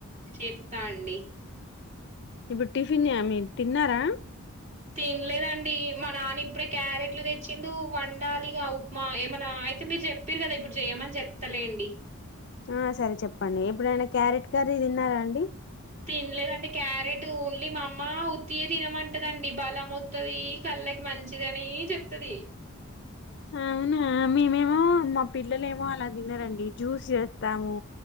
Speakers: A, on the right; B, on the left.
A: చెప్తా అండి
B: ఇప్పుడు టిఫిన్ యా మీ తిన్నారా
A: తిన్లేదండీ మా నాన్న ఇప్పుడే క్యారెట్లు దెచ్చిండూ, వండాలిగా ఉప్మా ఏమనా. అయితే మీరు చెప్పిరు గదా ఇప్పుడు జేయమని చెప్తలేండి.
B: ఆ సరే చెప్పండి ఎప్పుడైనా క్యారెట్ కర్రీ దిన్నారా అండి
A: తిన్లేదండి క్యారెట్ ఓన్లీ మా అమ్మ ఉత్తియ తినమంటదండి బలమొత్తదీ కళ్ళక్. మంచిది అనీ చెప్తది
B: ఆహా మేమేమో మా పిల్లలేమో అలా దినరండి జ్యూస్ ఏత్తాము,